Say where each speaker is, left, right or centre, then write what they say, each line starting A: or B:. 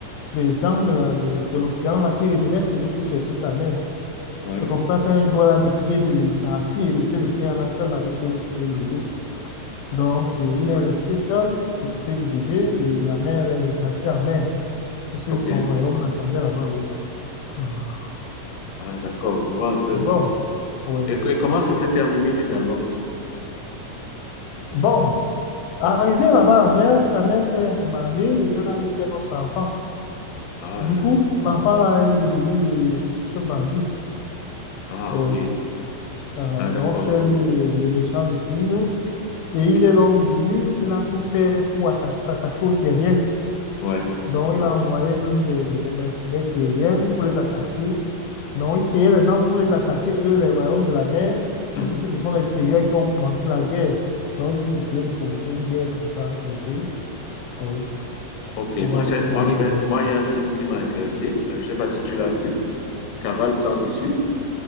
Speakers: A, on the left; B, on the left.
A: des gens de, de l'océan là qui revenaient toujours pour chercher sa mère.
B: ouais.
A: C'est comme ça qu'un jour, elle a décidé de partir et laisser le père là seul avec euh, le bébé. Donc, euh, il est resté seul, s'occuper du bébé et la mère est repartie en mer, puisque
B: OK.
A: son royaume l'attendait là-bas, oui. Mhm.
B: Ah, d'accord. Je vois un peu.
A: Bon, oui.
B: Et, co- et comment ça s'est terminé finalement?
A: Bon, arrivée là-bas en mer, sa mère s'est remariée et elle a eu un autre enfant.
B: Ah,
A: Du
B: d'ac-
A: coup, l'enfant là est devenu le chef bandit.
B: ah,
A: Oui.
B: OK.
A: Ah,
B: Ah, d'accord.
A: donc, c'était lui, le le méchant du film. Et il est donc venu, il a tout fait pour atta- s'attaquer aux terriens.
B: Ouais.
A: Donc, il a envoyé même des, des mercenaires terriens pour les attaquer. Donc, il payait les gens pour les attaquer, eux, les royaumes de la mer.
B: Hmm.
A: Il dit que ce sont les terriens qui ont commencé la guerre. Donc, il essayait de provoquer une guerre comme ça entre les deux. Oui,
B: OK.
A: pour voir
B: Moi, j'ai-
A: ce que ça
B: moi,
A: allait
B: je
A: devenir.
B: vais, moi, il y a un film qui m'a intéressé. Euh, je sais pas si tu l'as vu. Cavale sans issue.